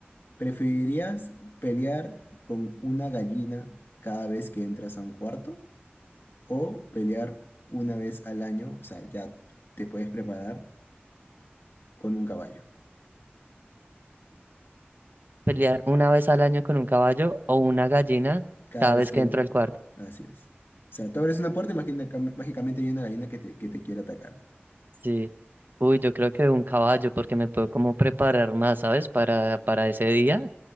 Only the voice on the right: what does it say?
Pelear una vez al año con un caballo o una gallina
cada
vez
que
entro al cuarto.
Sí. Uy, yo creo que un caballo porque me puedo como preparar más, ¿sabes? Para, para ese día.